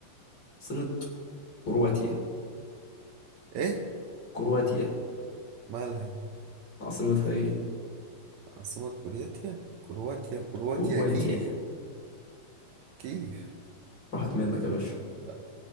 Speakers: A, on the left; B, on the right.
A: عاصمة كرواتيا
B: ايه
A: كرواتيا
B: مالها
A: عاصمتها ايه
B: عاصمة كرواتيا كرواتيا كرواتيا
A: كرواتيا
B: كيف كيف
A: راحت منك يا باشا
B: لا